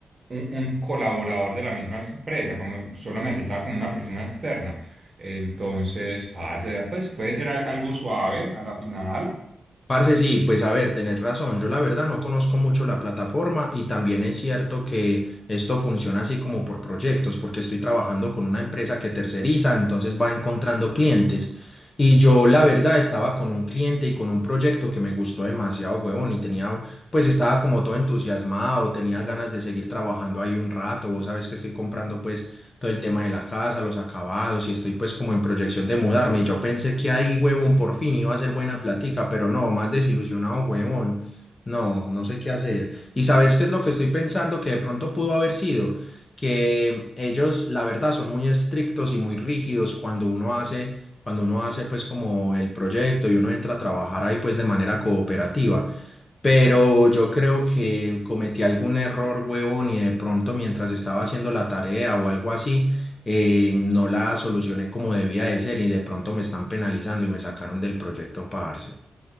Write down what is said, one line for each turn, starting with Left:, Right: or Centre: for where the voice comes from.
Right: un, un colaborador de la misma empresa, como solo me aceptaba como una persona externa. Entonces, parce, pues puede ser al- algo suave a la final.
Left: Parce, sí, pues a ver, tenés razón. Yo la verdad no conozco mucho la plataforma y también es cierto que esto funciona así como por proyectos, porque estoy trabajando con una empresa que terceriza, entonces va encontrando clientes. Y yo la verdad estaba con un cliente y con un proyecto que me gustó demasiado, huevón, y tenía, pues estaba como todo entusiasmado, tenía ganas de seguir trabajando ahí un rato. Vos sabes que estoy comprando pues todo el tema de la casa, los acabados, y estoy pues como en proyección de mudarme. Y yo pensé que ahí, huevón, por fin iba a ser buena plática, pero no, más desilusionado, huevón. No, no sé qué hacer. ¿Y sabes qué es lo que estoy pensando que de pronto pudo haber sido? Que ellos, la verdad, son muy estrictos y muy rígidos cuando uno hace, cuando uno hace pues como el proyecto y uno entra a trabajar ahí pues de manera cooperativa. Pero yo creo que cometí algún error, huevón, y de pronto mientras estaba haciendo la tarea o algo así, eh, no la solucioné como debía de ser y de pronto me están penalizando y me sacaron del proyecto, parce.